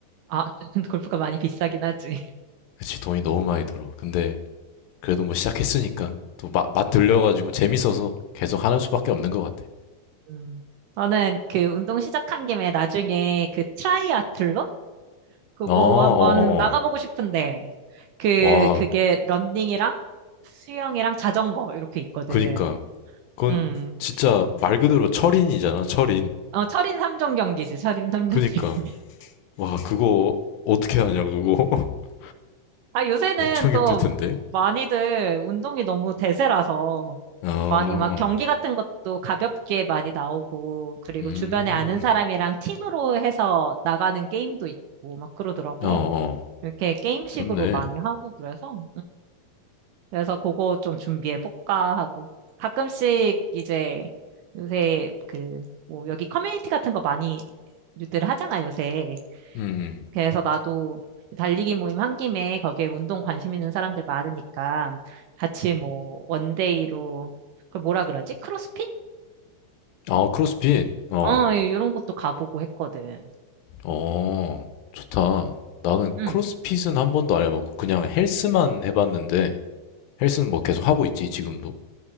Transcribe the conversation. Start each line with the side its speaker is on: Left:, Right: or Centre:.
Right: 아, <laughs> 골프가 많이 비싸긴 하지.
Left: 그치, 돈이 너무 많이 들어. 근데 그래도 뭐 시작했으니까 또 맛, 맛 들려가지고 재밌어서 계속 하는 수밖에 없는 것 같아.
Right: 음. 저는 그 운동 시작한 김에 나중에 그 트라이아틀론? 그거
Left: 어, 어, 어,
Right: 한번 나가보고
Left: 어.
Right: 싶은데, 그,
Left: 와,
Right: 그게 런닝이랑 수영이랑 자전거 이렇게 있거든.
Left: 그니까. 그건
Right: 음.
Left: 진짜 말 그대로 철인이잖아, 철인.
Right: 어, 철인 삼종 경기지, 철인 삼종
Left: 그니까.
Right: 경기. <laughs>
Left: 와, 그거 어떻게 하냐, 그거? <laughs>
Right: 아, 요새는
Left: 엄청
Right: 또
Left: 힘들 텐데.
Right: 많이들 운동이 너무 대세라서
Left: 아,
Right: 많이 막 경기 같은 것도 가볍게 많이 나오고, 그리고
Left: 음,
Right: 주변에 아는 사람이랑 팀으로 해서 나가는 게임도 있고, 막 그러더라고.
Left: 어, 어,
Right: 이렇게 게임식으로
Left: 좋네.
Right: 많이 하고 그래서, 그래서 그거 좀 준비해 볼까 하고 가끔씩 이제 요새 그 뭐 여기 커뮤니티 같은 거 많이 유들 하잖아 요새.
Left: 음, 음.
Right: 그래서 나도 달리기 모임 한 김에 거기에 운동 관심 있는 사람들 많으니까 같이 뭐 원데이로 그걸 뭐라 그러지? 크로스핏?
Left: 아, 크로스핏. 어,
Right: 어, 이런 것도 가보고 했거든.
Left: 어, 좋다. 나는
Right: 응.
Left: 크로스핏은 한 번도 안 해봤고, 그냥 헬스만 해봤는데, 헬스는 뭐 계속 하고 있지, 지금도.